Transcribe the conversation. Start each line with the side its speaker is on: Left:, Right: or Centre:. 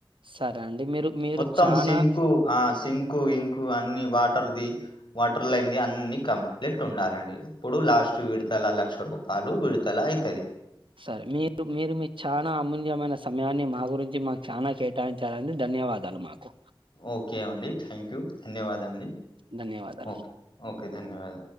Right: సరే అండి మీరు మీరు
Left: మొత్తం
Right: చనాా
Left: సింకు ఆ సింకు ఇంకు అన్ని వాటర్ది వాటర్ల అయింది అన్ని కమ్ ప్లెట్ ఉండాలండిక ఇప్పుడు లాస్ట్ విడతల లక్ష రూపా పాాలు విడతల అవుతది
Right: సర మీరు మీరు మీ చాలా అమూల్యమైన సమయాన్ని మా గురించి మాకు చాలనా కేటాయించాలని ధన్యవాదాలు మాకు
Left: ఓకే అండి థ్యాంక్ యూ ధన్యవాదంండి
Right: ధన్యవాదాలు
Left: ఓకే ఓకే ధన్యవాద